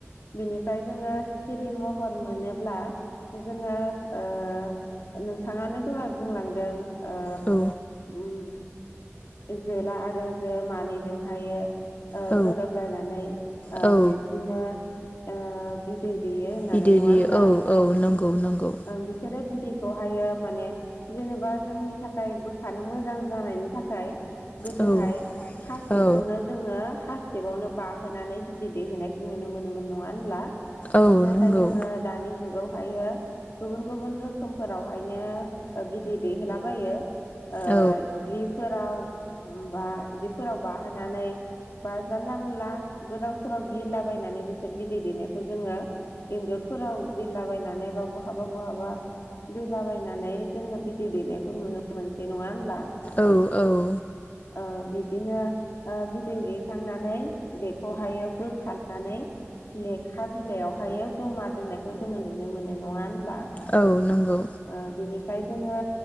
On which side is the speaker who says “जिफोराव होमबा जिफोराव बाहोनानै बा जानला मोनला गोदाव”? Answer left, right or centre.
Left